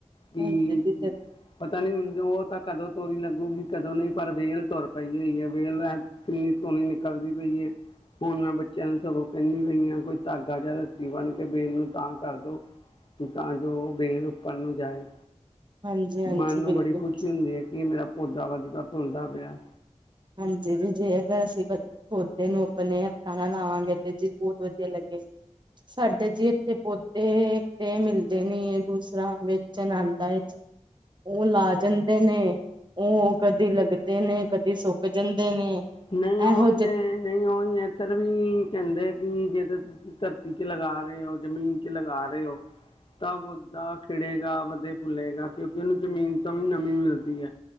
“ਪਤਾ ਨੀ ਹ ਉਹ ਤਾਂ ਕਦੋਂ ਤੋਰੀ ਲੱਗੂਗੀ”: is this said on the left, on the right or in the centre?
Left